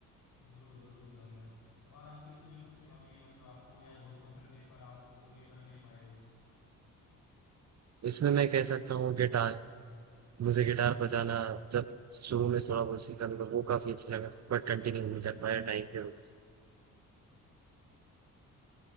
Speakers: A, on the left; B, on the right.
A: जरूर जरूर जाओ यार और आपकी दूसरी कौन सी हॉबी है मतलब आपको यार बहुत पसंद है पर आपको कभी कर नहीं पाए हो
B: इसमें मैं कह सकता हूँ गिटार मुझे गिटार बजाना जब शुरू में थोड़ा बहुत सीखा तो वो काफी अच्छा लगा बट कंटिन्यू नहीं कर पाया टाइम के वजह से।